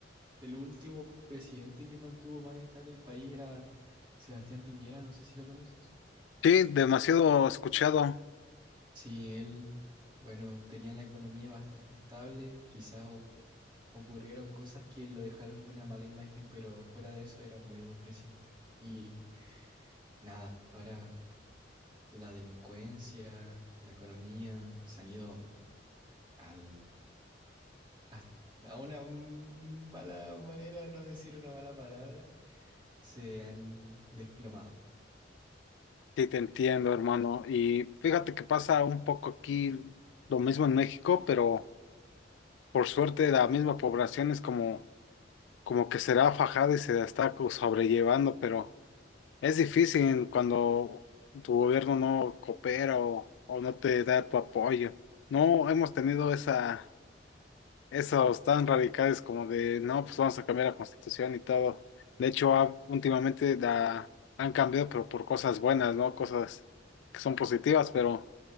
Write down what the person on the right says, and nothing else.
el último presidente que mantuvo más estable el país era Sebastián Piñera, no sé si lo conoces.
Sí, él, bueno, tenía la economía bastante estable, quizá o- ocurrieron cosas que lo dejaron con una mala imagen, pero fuera de eso era muy buen presidente. Y nada, ahora la delincuencia, la economía se han ido al, a, a una mala manera, no decir una mala palabra, se han desplomado.